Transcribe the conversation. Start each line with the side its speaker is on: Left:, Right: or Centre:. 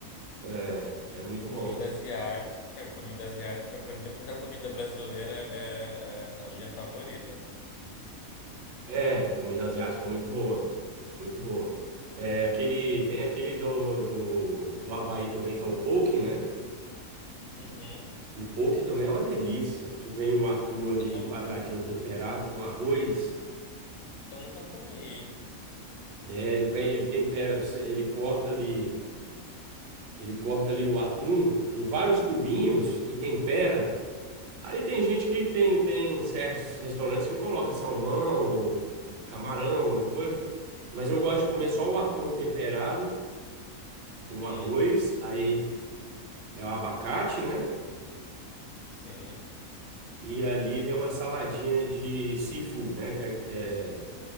Right: É, é muito
Left: Comida
Right: bom.
Left: asiática. Comida asiática, pra mim, depois da comida brasileira, é, é a minha favorita.
Right: É, comida asiática é muito boa. Muito boa. É, aquele, tem aquele do, do, do Havaí também, que é o poke, né?
Left: Uhum.
Right: O poke também é uma delícia, que vem um atum ali
Left: Eu não,
Right: em quadradinho temperado com arroz,
Left: eu nunca comi.
Right: né? Ele vem, ele tempera, ele corta ali. Ele corta ali o atum em vários cubinhos e tempera. Aí tem gente que tem, tem certos restaurantes que coloca salmão ou um camarão, alguma coisa. Mas eu gosto de comer só o atum temperado com
Left: Hum,
Right: arroz, aí é o abacate, né?
Left: sim,
Right: E ali vem uma saladinha de seafood, né? Que é, que é,